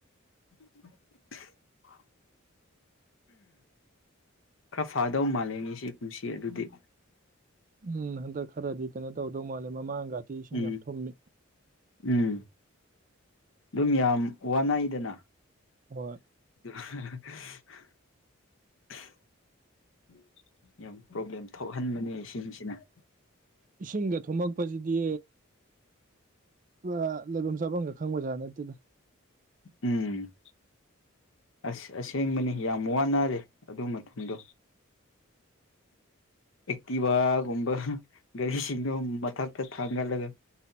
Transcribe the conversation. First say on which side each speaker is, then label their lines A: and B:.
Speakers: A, on the left; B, on the right.
A: <unintelligible> ꯈꯔ ꯐꯥꯗꯧ ꯃꯥꯂꯦ ꯉꯁꯤ ꯀꯨꯝꯁꯤ ꯑꯗꯨꯗꯤ
B: ꯎꯝ ꯍꯟꯗꯛ ꯈꯔꯗꯤ ꯀꯩꯅꯣ ꯇꯧꯗꯧ ꯃꯥꯜꯂꯦ ꯃꯃꯥꯡ <unintelligible> ꯏꯁꯤꯡ
A: ꯎꯝ
B: ꯌꯥꯝ ꯊꯨꯝꯃꯤ
A: ꯎꯝ ꯑꯗꯨꯝ ꯌꯥꯝ ꯋꯥꯅꯩꯗꯅ
B: ꯍꯣꯏ
A: <unintelligible> <unintelligible> ꯄ꯭ꯔꯣꯕ꯭ꯂꯦꯝ ꯊꯣꯛꯍꯟꯕꯅꯦꯁꯤꯡꯁꯦ <unintelligible>
B: ꯏꯁꯤꯡꯒ ꯊꯨꯝꯃꯛꯄꯁꯤꯗꯤ <unintelligible> ꯂꯩꯐꯝ ꯆꯥꯐꯝꯒ ꯈꯪꯕꯖꯥꯠ ꯅꯠ ꯑꯗꯨꯅ
A: ꯎꯝ ꯑꯁ ꯑꯁꯦꯡꯕꯅꯤ ꯌꯥꯝ ꯋꯥꯅꯔꯦ ꯑꯗꯨ ꯃꯇꯝꯗꯣ ꯑꯦꯛꯇꯤꯚꯥꯒꯨꯝꯕ ꯒꯥꯔꯤꯁꯤꯡꯗꯣ ꯃꯊꯛꯇ ꯊꯥꯡꯒꯠꯂꯒ